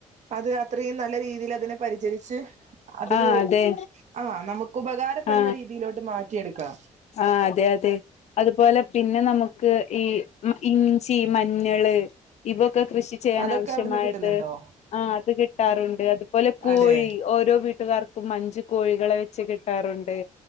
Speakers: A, on the right; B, on the left.
A: അത് അത്രയും നല്ല രീതിൽ അതിനെ പരിചരിച്ച് അതൊരു
B: ആ അതെ
A: ആ നമുക്ക് ഉപകാരപ്പെടുന്ന
B: ആ
A: രീതിയിലോട്ട് മാറ്റിയെടുക്കണം
B: ആ അതെ അതെ അതുപോലെ പിന്നെ നമുക്ക് ഈ ഇഞ്ചി മഞ്ഞള് ഇതൊക്കെ കൃഷി ചെയ്യാൻ
A: അതൊക്കെ
B: ആവശ്യമായത്
A: അവിടുന്ന് കിട്ടുന്നുണ്ടോ
B: ആ അത് കിട്ടാറുണ്ട് അതുപോലെ കോഴി
A: അതെ
B: ഓരോ വീട്ടുകാർക്കും മഞ്ച് കോഴികളെ വെച്ച് കിട്ടാറുണ്ട്